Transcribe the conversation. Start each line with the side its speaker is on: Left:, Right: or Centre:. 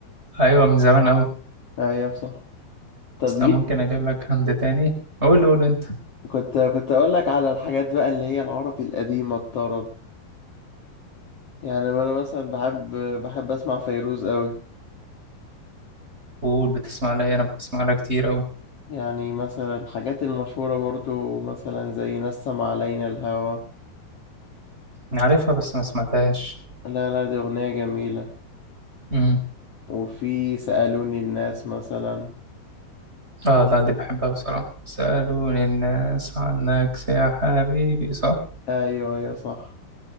Right: أيوة من زمان أوي
Left: أيوة صح طب
Right: بس
Left: ليه
Right: أنا ممكن أجيب لك هند تاني قول قول أنت
Left: كنت كنت أقول لك على الحاجات بقى اللي هي العربي القديمة الطرب يعني أنا مثلا بحب بحب أسمع فيروز أوي
Right: قول بتسمع لي إيه؟ أنا بسمع لها كتير أوي
Left: يعني مثلا الحاجات المشهورة برضو مثلا زي نسم علينا الهوى
Right: أنا عارفها بس ما سمعتهاش
Left: لا لا دي أغنية جميلة
Right: امم
Left: وفي سألوني الناس مثلا
Right: آه لا اللي بحبها بصراحة سألوني الناس عنك يا حبيبي صح
Left: ايوه ايوه صح